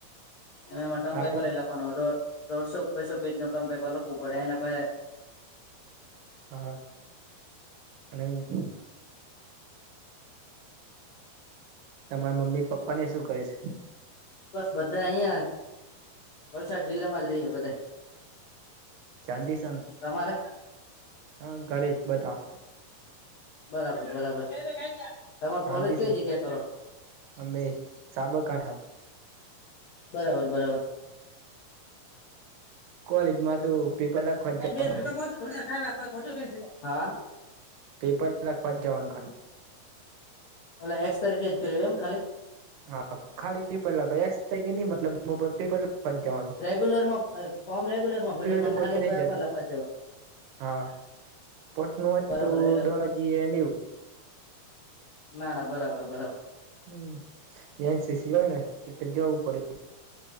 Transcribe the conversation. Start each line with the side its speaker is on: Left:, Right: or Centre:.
Left: એમાં ટર્મ
Right: આપડે
Left: પેપર એ લખવાનું દોઢસો બસો પેજ નું ટર્મ પેપર લખવું પડે એને પછી
Right: હા <unintelligible> તમારા મમ્મી પપ્પાને શું કરે છે.
Left: બસ બધા અહિયાં વલસાડ જિલ્લામાં જ રહે બધા.
Right: ચાંદી સન
Left: તમારે
Right: હા ઘરે જ બધા.
Left: બરાબર બરાબર. તમાર
Right: શાંતિ
Left: કોલેજ કઈ
Right: સન
Left: જગ્યા કરો
Right: અમે સાબરકાંઠા.
Left: બરાબર બરાબર.
Right: કોલેજ માં તો પેપર લખવા જવાનું
Left: <unintelligible>
Right: ખાલી પેપર લખવા જ જવાનું ખાલી
Left: એ એક્સ તારીખે જ કરયું એમ ખાલી.
Right: હ ખાલી પેપર લખવા મતલબ પેપર <unintelligible>
Left: રેગ્યુલર માં ફોર્મ રેગ્યુલર માં ભર્યું પણ
Right: તો કોઈ
Left: ખાલી
Right: નહી
Left: પેપર
Right: જતું
Left: લખવા જવાનું.
Right: હા સ્પોટ નું હોય
Left: બરાબર
Right: તો
Left: એટલે
Right: દોડજી એવું.
Left: ના, ના, બરાબર, બરાબર.
Right: હમ એ છે એનસીસી હોય ને જવું પડે.